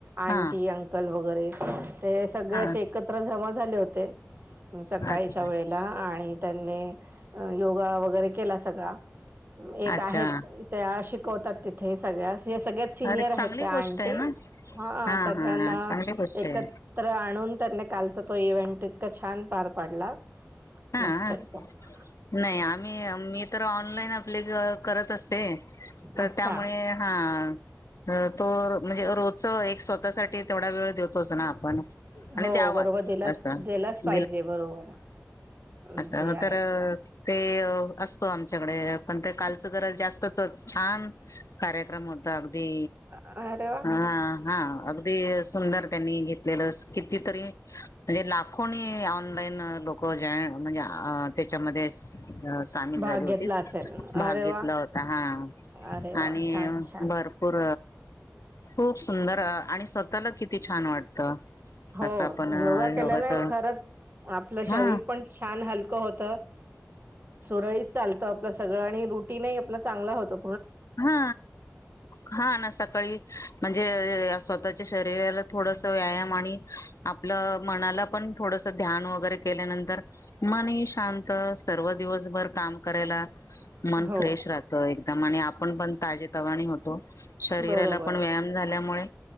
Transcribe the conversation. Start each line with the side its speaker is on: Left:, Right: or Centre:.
Right: आंटी
Left: हा
Right: अंकल वगैरे ते सगळे
Left: हा
Right: असे एकत्र जमा झाले होते. सकाळीच्या
Left: अच्छा
Right: वेळेला आणि त्यांनी योगा वगैरे केला सगळा. एक
Left: अच्छा
Right: आहेत त्या शिकवतात तिथे सगळ्यास- ज सगळ्यात सिनियर
Left: अरे चांगली
Right: आहेत त्या
Left: गोष्ट
Right: अंटी-
Left: आहे ना
Right: हा सगळ्यांना
Left: हा चांगली गोष्ट
Right: एकत्र
Left: आहे
Right: आणून त्यांना कालच- तो इव्हेंट इतका छान पार पाडला.
Left: हा
Right: मस्त एकदम
Left: नाही आम्ही मी तर ऑनलाईन अप्ला कर- करत असते तर
Right: अच्छा
Left: त्यामुळे हा- अ तो म्हणजे रोजच एक स्वतःसाठी तेवढा वेळ देतोच ना आपण-
Right: हो
Left: आणि द्यावाच
Right: बरोबर दिलाच
Left: -
Right: दिलाच पाहिजे बरोबर अ
Left: असं
Right: ते आहेच
Left: तर- ते असतो आमच्याकडे. पण ते कालच जर जास्तच छान कार्यक्रम होता. दी
Right: अरे वा
Left: ह हा अगदी सुंदर त्यांनी घेतलेलं- ति तरी म्हणजे लाखोनी ऑनलाईन लोक जे- म्हणजे अ त्याच्यामध्ये- सामील
Right: भाग
Left: झाली होती
Right: घेतला असेल
Left: भाग
Right: अरे
Left: घेतला
Right: वा
Left: होता हा
Right: अरे वा
Left: आणि
Right: छान छान
Left: भर- भरपूर खूप सुंदर आणि स्वतःला किती छान वाटतं.
Right: हो
Left: असं आपण
Right: योगा केल्याने
Left: योगाच
Right: खरंच आपलं शरीर
Left: हा
Right: पण- छान हलकं होत. सुरळीत चालत आपलं सगळं आणि रुटीन आपलं चांगलं होतं.
Left: हा हा ना सकाळी म्हणजे स्वतःच्या- शरीराला थोडस व्यायाम आणि आपलं मनाला पण थोडस ध्यान वगैरे केल्यानंतर- मन शांत सर्व दिवसभर काम करायला- मन
Right: हो
Left: फ्रेश राहत एकदम आणि आपण पण ताजे तवाणी होतो. शरीराला
Right: बरोबर
Left: पण व्यायाम झाल्यामुळे-